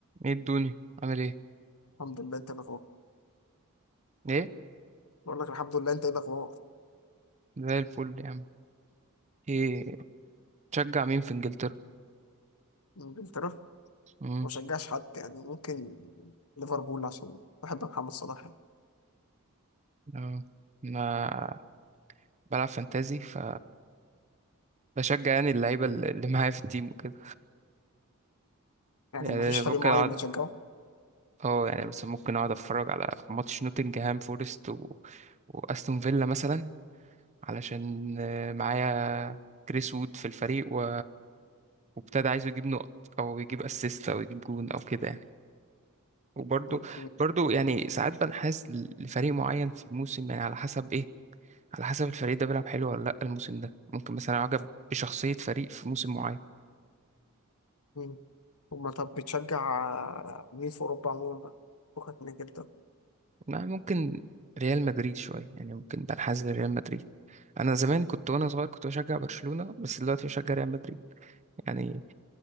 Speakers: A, on the right (about 30°); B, on the left (about 80°).
A: ايه الدنيا عامل ايه
B: الحمد لله انت الاخبار
A: ايه
B: بقول لك الحمد لله انت ايه الاخبار
A: زي الفل يا عم ايه تشجع مين في انجلترا
B: انجلترا ما
A: امم
B: بشجعش حد يعني ممكن ليفربول عشان بحب محمد صلاح يعني
A: اه انا بلعب فانتازي ف بشجع يعني اللعيبه اللي معايا في التيم وكده
B: يعني
A: يعني
B: ما فيش فريق
A: ممكن
B: معين
A: اقعد
B: بتشجعه
A: اه يعني مثلا ممكن اقعد اتفرج على ماتش نوتنجهام فورست و... واستون فيلا مثلا علشان آه، معايا كريس وود في الفريق و... وابتدى عايزه يجيب نقط او يجيب اسيست او يجيب جون او كده يعني. وبرضو
B: طب م-
A: برضو يعني ساعات بنحاز لفريق معين في الموسم يعني على حسب ايه على حسب الفريق ده بيلعب حلو ولا لا الموسم ده ممكن مثلا اعجب بشخصية فريق في موسم معين
B: مين وما طب بتشجع مين في اوروبا عموما بقى فكك من انجلترا
A: ما ممكن ريال مدريد شوية يعني ممكن بنحاز لريال مدريد انا زمان كنت وانا صغير كنت بشجع برشلونة بس دلوقتي بشجع ريال مدريد يعني